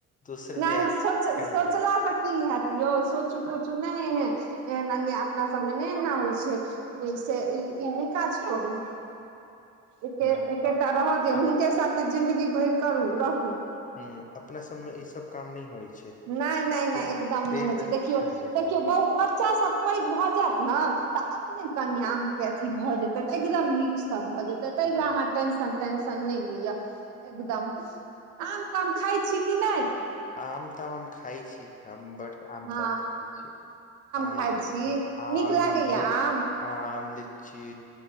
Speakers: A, on the left; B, on the right.
A: दोसर
B: नै
A: बियाह
B: सोच
A: करै
B: सोचला
A: लए
B: की हेत यौ सोचू तोचू नै एहन अन्याय अपना सबमे नै एना होइ छै ई से घर नै काज करू एके
A: हूँ
B: एकेटा
A: अप,
B: रहऽ दिय
A: अप,
B: हुनके साथ त जिंन्दगी भैर करू रहू
A: हुॅं अपना सब मे ई सब काम नै होइ छै
B: नै नै
A: से
B: नै एकदम
A: से
B: नै होइ
A: तऽ
B: छै देखियौ देखियौ
A: हूँ,
B: बहु म बच्चा सब पैघ भ जेज्एत ने तऽ अपने कनिया अहाँ के अथी भए जेते एकदम नीक से भए जेत तऽ ताहि
A: हूँ।
B: ले अहाँ टेंशन तटेंशन नै लिअ एकदम आम ताम खाइ छी कि नै
A: आम ताम ज्ञम खााय छी हम बड आम
B: हँ
A: त खााय छी आम
B: खाइ छी
A: आम
B: नीक लागैया
A: ली
B: आम
A: आम लीची